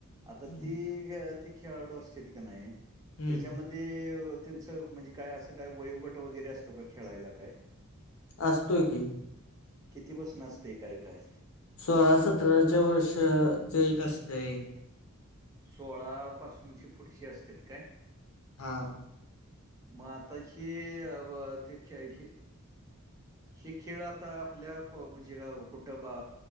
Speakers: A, on the right; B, on the left.
A: आता
B: हम्म
A: ती हे अती खेळाडू असत्याती का नाही
B: हम्म.
A: त्याच्यामध ते अ त्यांचं म्हणजे काय असं काय वयोगट वगैरे असतो का खेळायला काय?
B: असतोय की.
A: किती बसन असते काय - काय?
B: सोळा सतराच्या वर्ष च एक असतंय.
A: सोळापासूनची पुढची असत्यात काय?
B: हां.
A: मा त हे अ ब ते खे हे
B: <inaudible>
A: हे खेळ आता आपल्या को म्हणजे गाव कुठं बा